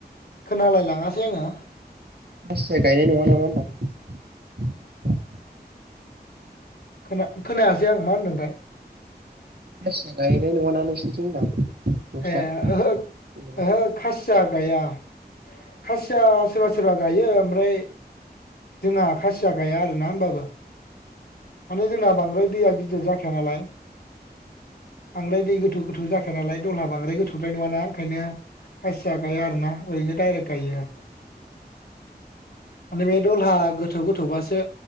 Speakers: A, on the left; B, on the right.
A: खोनालाय लाङासै आङो
B: फसनिया गायनाय नङा नामा होनदां
A: खोन खोनायासै आं मा होनदोंथाय
B: मासिया गायैनाय नङाना नोंसोरनिथिं होनदां नोंस्रा
A: ए ओहो
B: जेनेबा?
A: ओहो खासिया गाया खासिया सोरबा सोरबा गायो ओमफ्राय जोंहा खासिया गाया आरो ना हबाबो माने जोंना बांद्राय दैया गिदिर जाखाया नालाय बांद्राय दै गोथौ गोथौ जाखाया नालाय दलहा बांद्राय गोथौद्राय नङा ओंखायनो खासिया गाया आरो ना ओरैनो दायरेक गाया <inaudible> माने बे दलहा गोथौ गोथौबासो